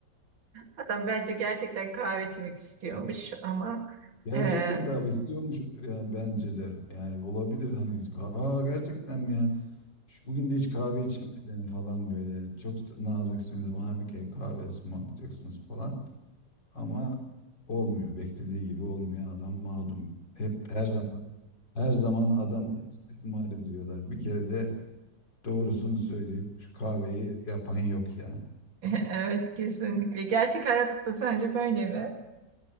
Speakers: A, on the right; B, on the left.
A: Adam bence gerçekten kahve içmek istiyormuş ama
B: Gerçekten
A: e,
B: kahve istiyormuş yani bence de. Yani olabilir hani ka- aa gerçekten mi ya? Şu- Bugün de hiç kahve içemedin falan böyle. Çok da naziksiniz bana bir kere kahve ısmarlayacaksınız falan. Ama olmuyor. Beklediği gibi olmuyor. Adam mağdum. Hep her zaman her zaman adamı istismar ediyorlar. Bir kere de doğrusunu söyleyip şu kahveyi yapan yok ya.
A: <laughs> evet kesinlikle. Gerçek hayatta sence böyle mi?